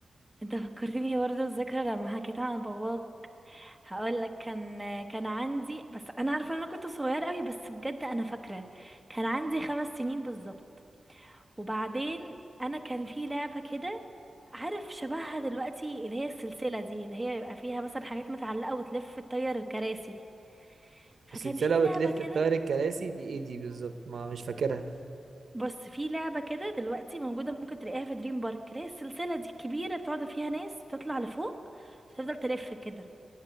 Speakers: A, in the centre; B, on the right.
A: انت فكرتني برضه الذكرى لما حكيت عن باباك هقول لك كان كان عندي بس انا عارفه ان انا كنت صغيره قوي بس بجد انا فاكره كان عندي خمس سنين بالظبط وبعدين انا كان في لعبه كده عارف شبهها دلوقتي اللي هي السلسله دي اللي هي يبقى فيها مثلا حاجات متعلقه وتلف تطير الكراسي فكان
B: السلسله
A: في
B: وتلف
A: لعبه كده
B: الطير الكراسي دي ايه دي بالظبط ما مش فاكرها
A: بص في لعبه كده دلوقتي موجوده ممكن تلاقيها في دريم بارك اللي هي السلسله دي الكبيره بتقعد فيها ناس تطلع لفوق وتفضل تلف كده